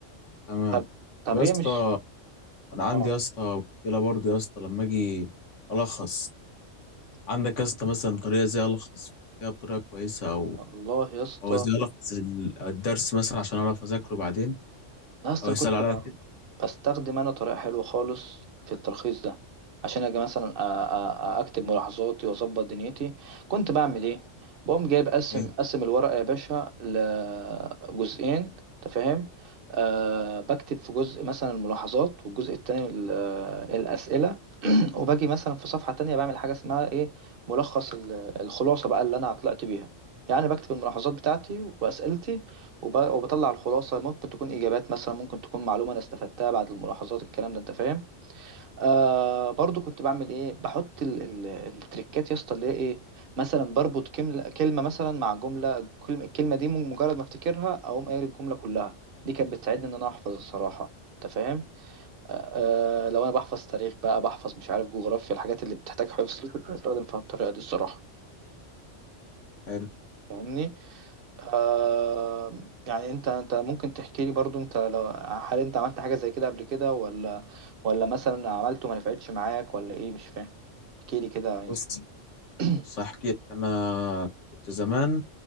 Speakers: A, on the left; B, on the right.
A: تمام
B: طب طب
A: طب يا
B: هي
A: اسطى
B: مش
A: انا عندي
B: اه
A: يا اسطى مشكله برضه يا اسطى لما اجي الخص عندك يا اسطى مثلا طريقه ازاي الخص فيها بطريقه كويسه او
B: والله يا اسطى
A: او ازاي الخص ال- الدرس مثلا عشان اعرف اذاكره بعدين
B: لا يا اسطى
A: او يسال
B: انا كنت
A: عليا
B: ب-
A: كده
B: بستخدم انا طريقه حلوه خالص في التلخيص ده عشان اجي مثلا أ- أ- أ- اكتب ملاحظاتي واظبط دنيتي كنت بعمل ايه بقوم جايب قسم
A: إيه،
B: قسم الورقه يا باشا لجزئين انت فاهم أه بكتب في جزء مثلا الملاحظات والجزء التاني ال- آه، الاسئله <clears throat> وباجي مثلا في صفحه تانية بعمل حاجه اسمها ايه ملخص ال- الخلاصه بقى اللي انا طلعت بيها يعني بكتب الملاحظات بتاعتي واسئلتي وب- وبطلع الخلاصة ممكن تكون إجابات مثلا ممكن تكون معلومة أنا استفدتها بعد الملاحظات الكلام ده أنت فاهم آه برضو كنت بعمل إيه بحط ال ال التريكات يا اسطى اللي هي إيه مثلا بربط كلمة كلمة مثلا مع جملة كلمة- الكلمة دي مجرد ما أفتكرها أقوم قايل الجملة كلها دي كانت بتساعدني إن أنا أحفظ الصراحة أنت فاهم آه آه، لو أنا بحفظ تاريخ بقى بحفظ مش عارف جغرافيا الحاجات اللي بتحتاج حفظ دي كنت بستخدم فيها الطريقة دي الصراحة
A: حلو
B: فاهمني آه يعني انت انت ممكن تحكي لي برضو انت لو هل انت عملت حاجة زي كده قبل كده ولا ولا مثلا عملته ما نفعتش معاك ولا ايه مش فاهم احكي لي كده يمكن
A: بص
B: <clears throat>
A: بص احكي لك انا كنت زمان